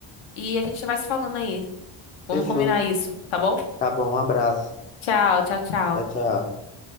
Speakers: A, on the left; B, on the left.
A: e a gente vai se falando aí. Vamos
B: Fechou.
A: combinar isso, tá bom?
B: Tá bom, um abraço.
A: Tchau, tchau, tchau.
B: Tchau, tchau.